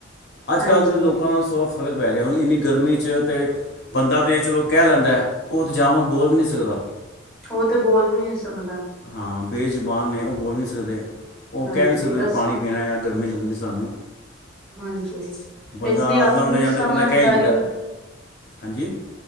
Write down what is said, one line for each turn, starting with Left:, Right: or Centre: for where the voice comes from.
Left: ਅੱਜ
Centre: ਹਾਂਜੀ
Left: ਕੱਲ ਦੇ ਲੋਕਾ ਦਾ ਸਭ ਫ਼ਰਕ ਪੈ ਗਿਆ ਐ ਹੁਨ ਇੰਨੀ ਗਰਮੀ ਤੇ ਬੰਦਾ ਤੇ ਚਲੋ ਕੇ ਲੈਂਦਾ ਓ ਤੇ ਜਾਮਾ ਬੋਲ ਵੀ ਨੀ ਸਕਦਾ।
Centre: ਓ ਤੇ ਬੋਲ ਵੀ ਨੀ ਸਕਦਾ।
Left: ਹਾਂ ਬੇ ਜੁਬਾਨ ਨੇ ਓ ਬੋਲ ਨੀ ਸਕਦੇ ਓ
Centre: ਹਾਂਜੀ
Left: ਕੇ ਨੀ ਸਕਦੇ
Centre: ਅਸ
Left: ਪਾਣੀ ਪੀਣਾ ਯਾ ਗਰਮੀ ਲੱਗਦੀ ਪਈ ਸਾਨੂੰ।
Centre: ਹਾਂਜੀ
Left: ਬੰਦਾ
Centre: ਇਸ ਲਈ ਆਪਣੀ
Left: ਲਾਂਦੇ ਜਾਂਦੇ
Centre: ਸਮਝਦਾਰੀ
Left: ਬੰਦਾ ਕੇ ਈ ਦਿੰਦਾ। ਹਾਂਜੀ?